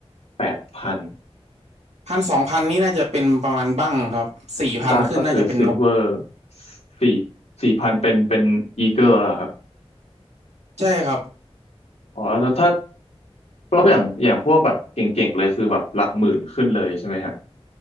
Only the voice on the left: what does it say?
แปดพัน
บางก็คือซิลเวอร์สี่สี่พันเป็นเป็นอีเกิลแล้วครับ
อ๋อแล้วถ้าเพราะอย่างอย่างพวกแบบเก่งๆเลยคือแบบหลักหมื่นขึ้นเลยใช่ไหมฮะ